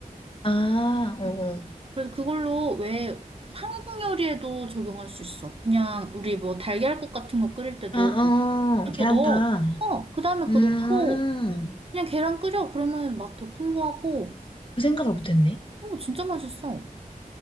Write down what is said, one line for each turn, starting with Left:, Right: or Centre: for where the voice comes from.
Left: 아, 어,
Right: 음.
Left: 어.
Right: 그래서 그걸로 왜 한국 요리에도 적용할 수 있어. 그냥 우리 뭐 달걀국 같은 거 끓일 때도
Left: 아,
Right: 그거
Left: 어, 계란탕.
Right: 넣어. 어, 그 다음에 그거
Left: 음,
Right: 넣고 그냥 계란 끓여. 그러면 맛 더 풍부하고
Left: 그 생각을 못했네.
Right: 어, 진짜 맛있어.